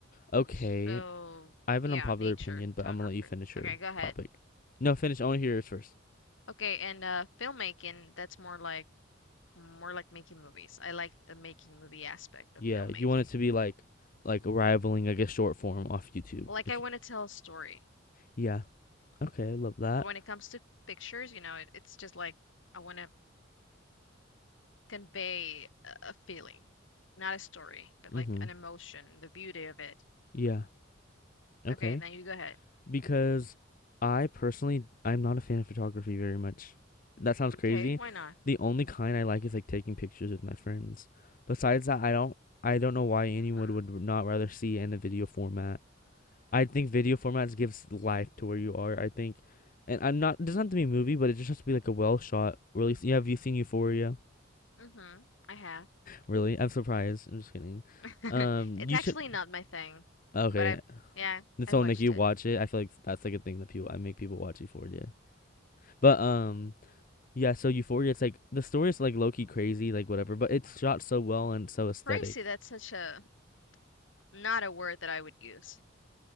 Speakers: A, on the left; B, on the left.
A: Okay.
B: So,
A: I have
B: yeah,
A: an unpopular
B: nature
A: opinion, but
B: photographer.
A: I'm gonna let you finish your
B: Okay, go ahead.
A: topic. No, finish. I want to hear yours first.
B: Okay, and uh filmmaking, that's more like more like making movies. I like the making movie aspect of
A: Yeah,
B: filmmaking.
A: you want it to be like like rivaling, I guess, short form off YouTube.
B: Like
A: If
B: I want
A: you,
B: to tell a story.
A: yeah. Okay, I love that.
B: But when it comes to pictures, you know, it, it's just like I want to convey a, a feeling, not a story, but
A: Mhm.
B: like an emotion, the beauty of it.
A: Yeah. Okay.
B: Okay, now you go ahead.
A: Because I personally I'm not a fan of photography very much. That sounds
B: Okay,
A: crazy.
B: why not?
A: The only kind I like is like taking pictures with my friends. Besides that, I don't I don't know why anyone
B: Mm,
A: would not rather see in a video format. I think video formats gives life to where you are. I think and I'm not it doesn't have to be a movie, but it just has to be like a well shot Really, Yeah, have you seen Euphoria?
B: mm-hmm. I have.
A: Really? I'm surprised. I'm just kidding.
B: <laughs>
A: Um,
B: It's
A: you
B: actually
A: should
B: not my thing,
A: Okay,
B: but I yeah, I
A: So
B: watched
A: like you
B: it.
A: watch it, I feel like that's like a thing that people I make people watch Euphoria. But um yeah, so Euphoria it's like the story is like low key crazy, like whatever, but it's shot so well and so aesthetic.
B: Crazy, that's such a not a word that I would use.